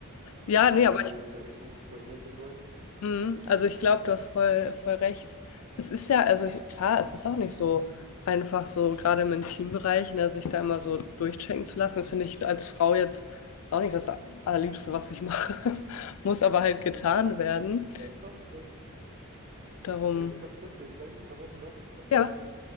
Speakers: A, on the left (about 70°); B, on the right (about 45°).
A: ja, nee,
B: Also
A: aber
B: zumindest
A: ich,
B: so eine Richtung, wohin ihr gehen wollt.
A: mhm. also ich glaube, du hast voll, voll recht. Es ist ja, also ich, klar, es ist auch nicht so einfach so, gerade im Intimbereich, ne, sich da immer so durchchecken zu lassen, finde ich als Frau jetzt, ist auch nicht das Allerliebste, was ich mache, <laughs> muss aber halt getan werden.
B: Äh, das, äh,
A: Darum,
B: ganz, ganz kurz, wenn ich rein unterbrechen darf. Ähm,
A: ja,